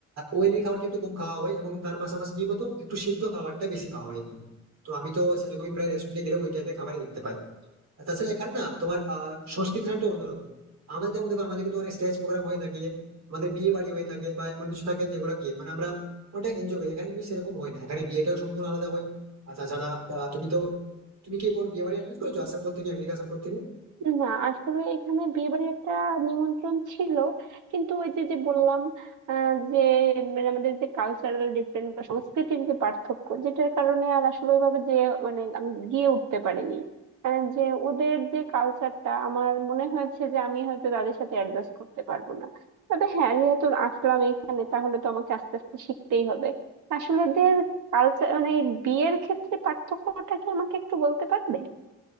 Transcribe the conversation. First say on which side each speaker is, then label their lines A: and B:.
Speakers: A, on the right; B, on the right.
A: অয়েলি খাবারটা একটু কম খাওয়া হয় এবং তার পাশাপাশি কি বলতো একটু সিদ্ধ খাবারটা বেশি খাওয়া হয় এখানে। তো আমি তো সেরকমই প্রায় রেস্টুরেন্টে গেলে ওই টাইপের খাবারই দেখতে পাই আর তাছাড়া এখানে না তোমার আহ সংস্কৃতিটা একটু অন্যরকম আমাদের যেমন দেখো আমাদের কিন্তু অনেক স্টেজ প্রোগ্রাম হয়ে থাকে আমাদের বিয়ে বাড়ি হয়ে থাকে বা এমন কিছু থাকে যেগুলো কি মানে আমরা অনেকটা এনজয় করি এখানে কিন্তু সেরকম হয় না এখানে বিয়েটাও সম্পূর্ণ আলাদা হয় আর তাছাড়া আহ, তুমি তো তুমি কি কোনো বিয়ে বাড়ি অ্যাটেন্ড করেছো আসার পর থেকে আমেরিকা আসার পর থেকে
B: না আসলে এখানে বিয়ে বাড়ির একটা নিমন্ত্রণ ছিল কিন্তু ওই যে যে বললাম আহ, যে মানে আমাদের যে কালচারাল ডিফারেন্স বা সংস্কৃতির যে পার্থক্য যেটার কারণে আর আসলে ওইভাবে যে মানে আমি গিয়ে উঠতে পারিনি আহ, যে ওদের যে কালচারটা আমার মনে হয়েছে যে আমি হয়তো তাদের সাথে অ্যাডজাস্ট করতে পারবো না তবে হ্যাঁ যেহেতু আসলাম এখানে তাহলে তো আমাকে আস্তে আস্তে শিখতেই হবে আসলে ওদের কালচার মানে এই বিয়ের ক্ষেত্রে পার্থক্যটা কি আমাকে একটু বলতে পারবে